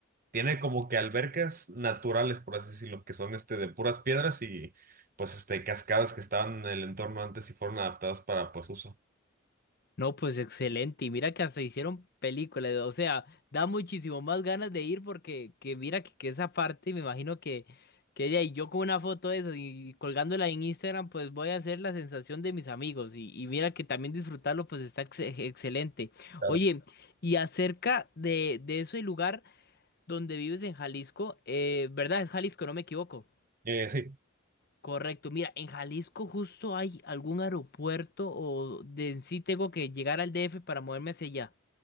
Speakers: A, on the right; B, on the left.
A: tiene como que albercas naturales, por así decirlo, que son este de puras piedras y pues este cascadas que estaban en el entorno antes y fueron adaptadas para pues uso.
B: No, pues excelente. Y mira que hasta hicieron películas. O sea, da muchísimo más ganas de ir porque que mira que, que esa parte, me imagino que, que ella y yo con una foto de esas y colgándola en Instagram, pues voy a hacer la sensación de mis amigos. Y, y mira que también disfrutarlo, pues está ex- excelente.
A: Claro.
B: Oye, y acerca de, de ese lugar donde vives en Jalisco, eh, ¿verdad? Es Jalisco, no me equivoco.
A: Eh, sí.
B: Correcto, mira, en Jalisco justo hay algún aeropuerto o de en sí tengo que llegar al DF para moverme hacia allá.